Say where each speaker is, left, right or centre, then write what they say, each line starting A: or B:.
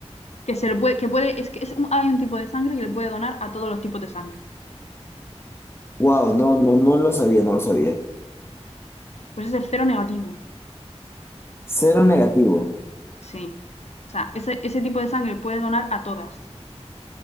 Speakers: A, on the left; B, on the left.
A: Que se le puede, que puede, es que es un- hay un tipo de sangre que le puede donar a todos los tipos de sangre.
B: wow, no, no, no lo sabía, no lo sabía.
A: Pues ese es cero negativo.
B: Cero negativo.
A: Sí. O sea, ese, ese tipo de sangre puede donar a todas.